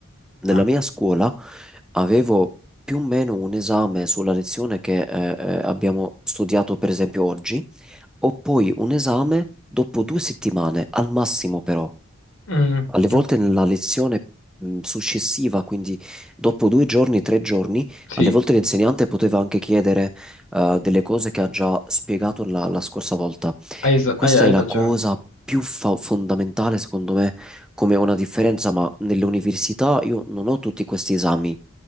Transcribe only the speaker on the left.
Ah.
Mm,
no.
Sì,
hai, es-
hai- hai
ragione.